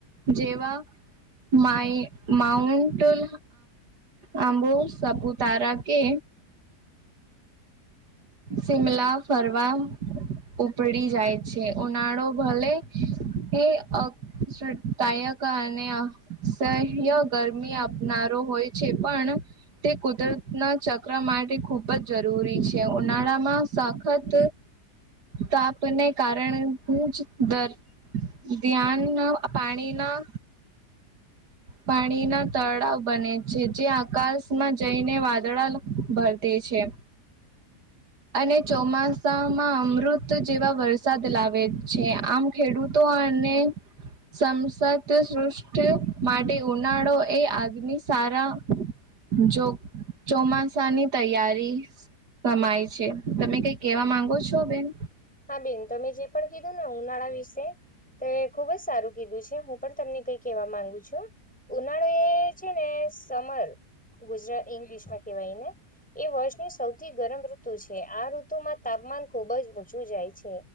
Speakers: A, on the right; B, in the centre.
A: જેવા, માય માઉન્ટલ આંબુ, સાપુતારા કે, શિમલા ફરવા. ઉપડી જાય છે. ઉનાળો ભલે, એ અદાયક અને સય હ ગરમી આપનારો હોય છે. પણ તે કુદરતના ચક્ર માટે ખૂબ જ જરૂરી છે ઉનાળામાં સખત તાપ ને કારણે હું જ દર ધ્યાન ના પાણી ના પાણીના તળાવ બને છે જે આકાશમાં જઈને વાદળા ભરતે છે. અને ચોમાસામાં અમૃત જેવા વરસાદ લાવે છે આમ ખેડૂતો અને સમસદ સૃષ્ટિ માટે ઉનાળો એ આગની સારા જો ચોમાસાની તૈયારી સમાય છે તમે કઈ કેવા માંગો છો બેન?
B: હા બેન તમે જે પણ કીધું ને ઉનાળા વિશે તો એ ખુબ જ સારું કીધું છે પણ કઈ કેહેવા માંગુ છું ઉનાળો એ છે ને સમર ગુજરાત ઈંગ્લિશમાં કેવાય ને એ વર્ષની સૌથી ગરમ ઋતુ છે આ ઋતુ માં તાપમાન ખુબ જ ઊંચું ચુ જાય છે